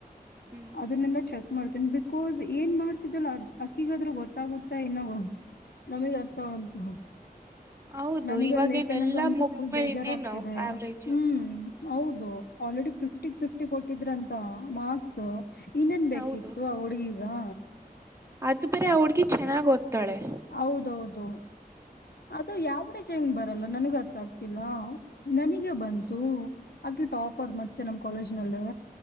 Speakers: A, on the right; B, on the left.
A: ಹ್ಮ್
B: ಅದನ್ನೆಲ್ಲ ಚೆಕ್ ಮಾಡ್ತೀನಿ ಬಿತ್ ಕೋಸ್ ಏನ್ ಮಾಡ್ತಿದ್ದಲ್ಲ ಅದ್ ಅಕಿಗಾದ್ರೂ ಗೊತ್ತಾಗುತ್ತಾ ಇಲ್ಲವೋ. ನಮಿಗ್ ಅರ್ಥ ಆಗ್ಬಹುದ್.
A: ಹೌದು
B: ನನಗಲ್
A: ಇವಾಗೇನ್
B: ಲೇಖನಗಂತು
A: ಎಲ್ಲಾ ಮುಗ್ಮೇಲೆ
B: ಫುಲ್ ಬೇಜಾರಾಗ್ತಿದೆ
A: ಇನ್ನೇನು ಆವ್ರೇಜ್
B: ಹ್ಮ್ ಹೌದು ಆಲ್ರೆಡಿ ಫಿಫ್ಟಿಗ್ ಫಿಫ್ಟಿ ಕೊಟ್ಟಿದ್ರಂತ ಮಾರ್ಕ್ಸ್. ಇನ್ನೇನ್ ಬೇಕಿತ್ತು
A: ಹೌದು
B: ಆ ಹುಡುಗೀಗಾ.
A: ಅದು ಬೇರೆ ಆ ಹುಡುಗಿ ಚೆನ್ನಾಗ್ ಓದ್ತಾಳೆ.
B: ಹೌದೌದು. ಅದು ಯಾವ್ರೇಜ್ ಹೆಂಗ್ ಬರಲ್ಲ ನನಗ್ ಅರ್ಥ ಆಗ್ತಿಲ್ಲ. ನನಿಗೆ ಬಂತು
A: ಹ್ಮ್
B: ಅದು ಟಾಪರ್ ಮತ್ತೆ ನಮ್ ಕಾಲೇಜ್ನಲ್ಲೇ.